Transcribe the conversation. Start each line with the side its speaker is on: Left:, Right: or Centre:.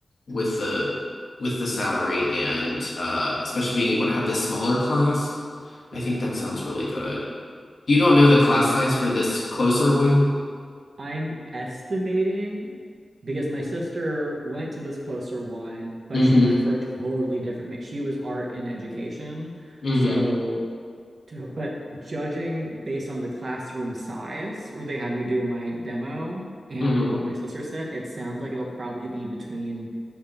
Left: with the with the salary and uh especially being able to have this smaller class.
Right: Yeah.
Left: I think that sounds really good. You don't know the class size for this closer one?
Right: I'm estimating because my sister went to this closer one, but
Left: Mm-hmm.
Right: she went for a totally different ma- she was art and education.
Left: Mm-hmm.
Right: So to, but judging based on the classroom size where they had me do my demo and
Left: Mm-hmm.
Right: what my sister said, it sounds like it'll probably be between